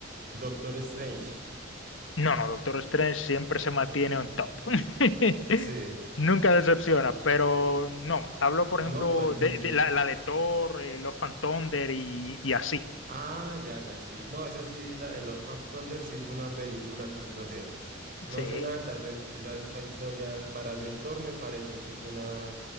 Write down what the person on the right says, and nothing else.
Doctor Strange.
Sí.
¿No? ¿Cuál dices?
Ah, ya, ya, sí. No, esa sí, la de Love and Thunder sí fue una película, pues no sé. No
sé, la verdad, esa, his- esa, esa historia para hacer Thor me pareció que fue una,